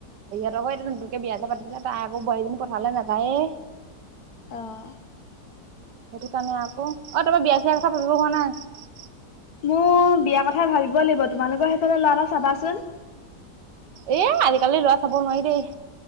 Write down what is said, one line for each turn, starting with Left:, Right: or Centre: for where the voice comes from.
Right: তক এইটো নতুনকে বিয়া চিয়া পাতিছিলে তাই আকৌ বোৱাৰীজনী পথালে নাযায়েই
Left: অহ
Right: সেইটো কাৰণে আকৌ অ', তোমাৰ বিয়া চিয়াৰ কথা ভাবিব হোৱা নাই।
Left: মোৰ বিয়া কথা ভাবিব লাগিব তোমালোকৰ সেইফালে ল'ৰা চাবাচোন।
Right: এ আজিকালি ল'ৰা চাব নোৱাৰি দেই।